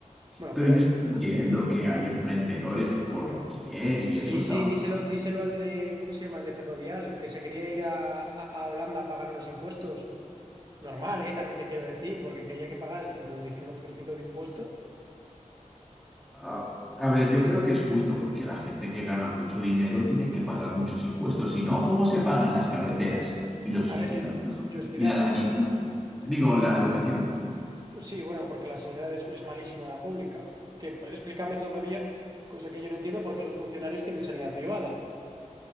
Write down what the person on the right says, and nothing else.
bueno,
peor,
Sí,
sí, díselo, díselo al de, ¿cómo se llama? Al de Ferrovial, que se quería ir a, a- a Holanda a pagar unos impuestos. Normal, ¿eh? También te quiero decir, porque que haya que pagar el 55% de impuestos.
A
ver, yo, yo estoy
de
acuerdo.
Sí, bueno, porque la sanidad es, es malísima, la pública. Que explícame todavía, cosa que yo no entiendo, por qué los funcionarios tienen sanidad privada.